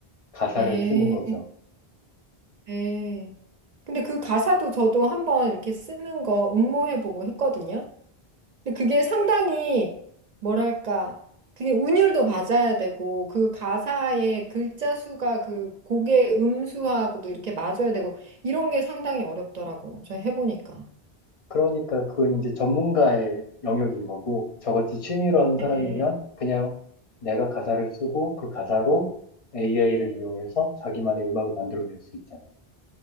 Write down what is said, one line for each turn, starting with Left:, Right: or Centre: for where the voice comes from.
Left: 가사를
Right: 예.
Left: 쓰는 거죠.
Right: 네. 근데 그 가사도 저도 한번 이렇게 쓰는 거 응모해보고 했거든요. 근데 그게 상당히 뭐랄까 그게 운율도 맞아야 되고 그 가사의 글자 수가 그 곡의 음수하고도 이렇게 맞아야 되고 이런 게 상당히 어렵더라고요. 저 해보니까.
Left: 그러니까 그건 이제 전문가의 영역인 거고 저같이 취미로 하는 사람이면
Right: 네.
Left: 그냥 내가 가사를 쓰고 그 가사로 AI를 이용해서 자기만의 음악을 만들어낼 수 있잖아요.